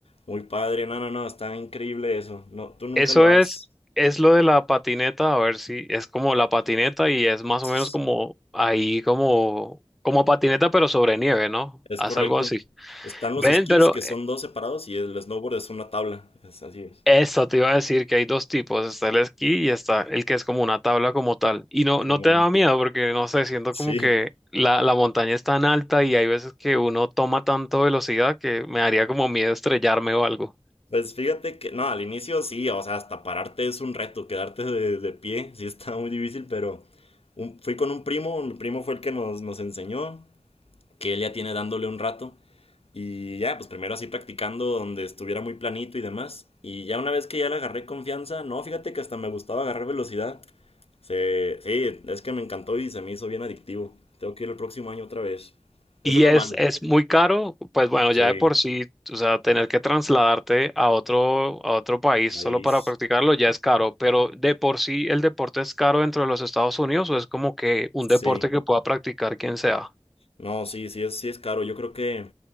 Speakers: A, on the left; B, in the centre.
A: muy padre, no, no, no, está increíble eso, no, tú nunca
B: Eso
A: lo has,
B: es, es lo de la patineta, a ver si es como la patineta y es más
A: es,
B: o menos como ahí, como, como patineta, pero sobre nieve, ¿no?
A: es
B: Haz
A: correcto.
B: algo así.
A: Están
B: Ven,
A: los esquís
B: pero
A: que son dos separados y el snowboard es una tabla, es así es.
B: Eso te iba a decir que hay dos tipos, está el esquí y está el que es como una tabla como tal. Y no,
A: Simón.
B: no te da miedo porque no sé, siento
A: Sí,
B: como que la, la montaña es tan alta y hay veces que uno toma tanto velocidad que me daría como miedo estrellarme o algo.
A: pues fíjate que, no, al inicio sí, o sea, hasta pararte es un reto, quedarte de, de pie, sí está muy difícil, pero un- fui con un primo, mi primo fue el que nos, nos enseñó que él ya tiene dándole un rato. Y ya, pues primero así practicando donde estuviera muy planito y demás. Y ya una vez que ya le agarré confianza, no, fíjate que hasta me gustaba agarrar velocidad. Se, sí, es que me encantó y se me hizo bien adictivo. Tengo que ir el próximo año otra vez.
B: Y
A: Eso es
B: es,
A: lo malo.
B: es muy caro, pues bueno,
A: Sí,
B: ya de por sí, o sea, tener que trasladarte a otro, a otro país
A: país.
B: solo para practicarlo ya es caro, pero de por sí el deporte es caro dentro de los Estados Unidos o es como que un
A: Sí.
B: deporte que pueda practicar quien sea.
A: No, sí, sí es, sí es caro. Yo creo que